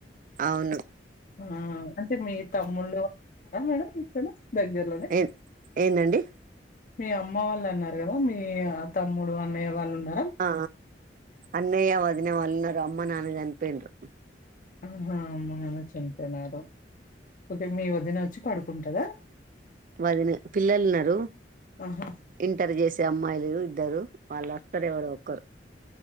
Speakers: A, on the right; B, on the left.
A: అవును
B: ఆ అంటే మీ తమ్ముళ్ళు అారా మేడం ఇక్కడ దగ్గరలోనే?
A: ఏన్ ఏందండి
B: మీ అమ్మ వాళ్ళు అన్నారు కదా మీ తమ్ముడు అన్నయ్య వాళ్ళు ఉన్
A: ఆ అన్నయ్య వదిన వాళ్ళునారు అమ్మ నాన్న చనిపోఇండ్రు
B: ఆహా అమ్మ నాన్న చంపోియినార ఓకే మీ వద్దిన వచ్చి పడుకుంటాద
A: వదినె పిల్లలున్నారు
B: ఆహా!
A: ఇంటర్ చేసే అమ్మాయిలు ఇద్దరు వాళ్ళు వస్తారు ఎవరో ఒక్కరు